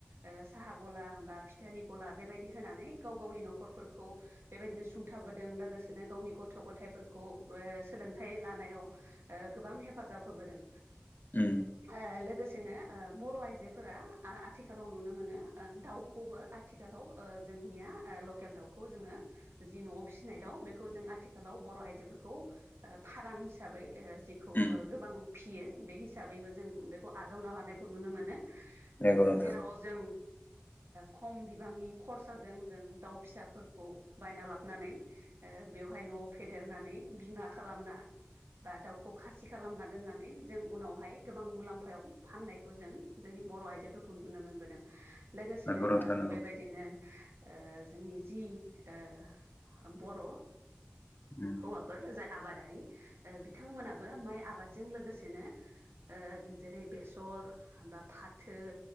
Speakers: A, on the right; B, on the left.
A: ओ साहा गला बा फिथानि गला बेबायदि होनानै गाव गावनि न'खरफोरखौ बेबायदिनो सुंथाबोदों लोगोसेनो गावनि गथ' गथायफोरखौ ओ सोलोंथाइ लानायाव ओ गोबां हेफाजाब होबोदों
B: उम
A: ओ लोगोसे ओ बर' आइजोफोरा आथिखालाव नुनो मोनो ओ दाउखौबो आथिखालाव ओ जोंनि ना ओ लकेल दाउखौ जोङो जि न'आव फिसिनाय दाउ बेखौ जों आथिखालाव बर' आइजोफोरखौ ओ फाराम हिसाबै ओ बिखौ
B: उम
A: गोबां फियो बे हिसाबैबो जों बेखौ आजावना लानायखौ नुनो मोनो।
B: नंगौ
A: ओ
B: नोंथां
A: जेराव जों खम बिबांनि खरसाजों जों दाउ फिसाफोरखौ बायना लाबोनानै ओ बेयाव ओमाफाय न'आव फेदेरनानै बिमा खालामना बा दाउखौ खासि खालामना दोननानै जों उनावहाय गोबां मुलाम्फायाव फाननायखौ जों जोंनि बर' आइजोफोरखौ नुनो मोनबोदों। लोगोसेनो
B: नंगौ नोंथां
A: ओ
B: नंगौ
A: बेबायदिनो ओ जोंनि जि ओ बर' ओ
B: उम
A: हौवाफोर जाय आबादारि। बिथांमोनाबो माइ आबादजों लोगोसेनो ओ जेरै बेसर बा फाथो